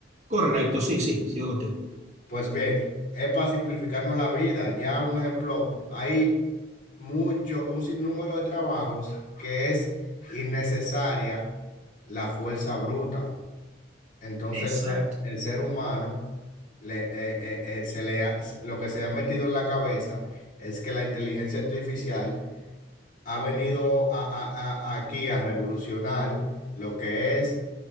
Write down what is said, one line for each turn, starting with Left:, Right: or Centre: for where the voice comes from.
Right: Correcto, sí, sí, sigo contigo.
Left: Pues bien, es para simplificarnos la vida. Ya un ejemplo, hay mucho, un sinnúmero de trabajos que es innecesaria la fuerza bruta. Entonces,
Right: Exacto.
Left: el ser el ser humano, le, eh, eh, eh, se le ha- s- lo que se ha metido en la cabeza es que la inteligencia artificial ha venido a- a- a- aquí a revolucionar lo que es